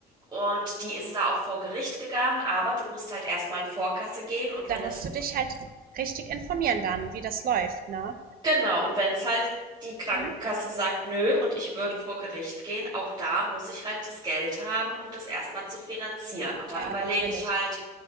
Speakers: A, on the right; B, on the right.
A: Und die ist da auch vor Gericht gegangen, aber du musst halt erstmal in Vorkasse gehen und wenn
B: da musst
A: das
B: du dich halt richtig informieren dann, wie das läuft, ne?
A: Genau, und wenn es halt die Krankenkasse
B: Mhm.
A: sagt, nö, und ich würde vor Gericht gehen, auch da muss ich halt das Geld haben, um das erstmal zu finanzieren. Und
B: Ja,
A: da überlege
B: natürlich.
A: ich halt,